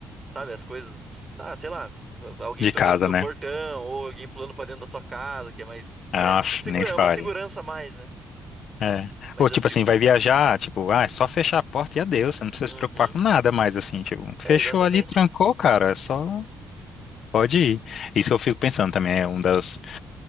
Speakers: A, on the right; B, on the left.
A: Sabe, as coisas, tipo, ah, sei lá, alguém
B: De
A: tocando
B: casa,
A: no teu
B: né?
A: portão ou alguém pulando pra dentro da tua casa, que é mais,
B: Ah,
A: né, tipo, segura,
B: nem fale.
A: é uma segurança a mais, né?
B: É.
A: Mas
B: Ou
A: eu
B: tipo
A: fico.
B: assim, vai viajar, tipo, ah, é só fechar a porta e adeus, você não precisa
A: Uhum,
B: se preocupar com nada mais, assim, tipo, fechou
A: é, exatamente.
B: ali, trancou, cara, só pode ir. Isso eu fico pensando também, é um das.